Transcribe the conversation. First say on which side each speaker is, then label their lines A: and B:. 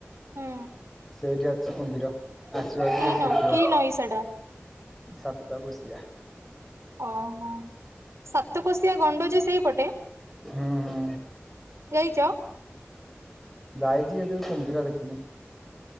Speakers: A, on the right; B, in the centre.
A: ହୁଁ
B: ସେଇଠି ଅଛି କୁମ୍ଭୀର ଆସିବ ଯଦି
A: କି
B: କେବେ
A: ନଈ
B: ଦେଖିବ।
A: କି ନଈ ସେଟା
B: ସପ୍ତଗୋସିଆ।
A: ଓହୋ ସାତକୋଶିଆ ଗଣ୍ଡ ଯେ ସେଇପଟେ।
B: ହୁଁ ହୁଁ।
A: ଯାଇଛ।
B: ଯାଇଛି କେତେବେଳେ କୁମ୍ଭୀର ଦେଖିନି।